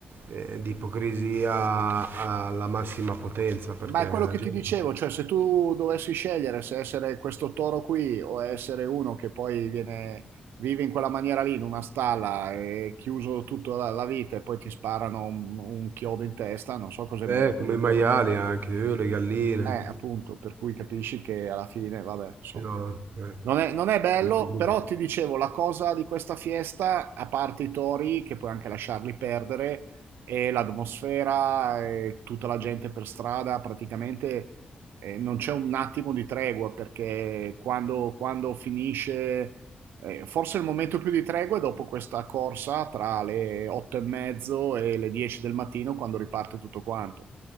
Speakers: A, on the right (about 75°); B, on the right (about 85°).
A: eh, di ipocrisia alla massima potenza perché
B: Ma è quello
A: la
B: che
A: gente,
B: ti dicevo, cioè se tu dovessi scegliere se essere questo toro qui o essere uno che poi viene, vive in quella maniera lì, in una stalla, e chiuso tutta la, la vita e poi ti sparano un, un chiodo in testa, non so cos'è
A: eh,
B: meglio
A: come
B: delle
A: i
B: due
A: maiali
B: robe.
A: anche, eh, le galline,
B: Eh, appunto, per cui capisci che alla fine, vabbè, insomma.
A: sì, no, eh,
B: Non è, non è bello,
A: l'ipocrisia.
B: però ti dicevo, la cosa di questa fiesta, a parte i tori, che puoi anche lasciarli perdere, e l'atmosfera, e tutta la gente per strada, praticamente eh, non c'è un attimo di tregua, perché quando, quando finisce, eh, forse il momento più di tregua è dopo questa corsa tra le otto e mezzo e le 10 del mattino, quando riparte tutto quanto.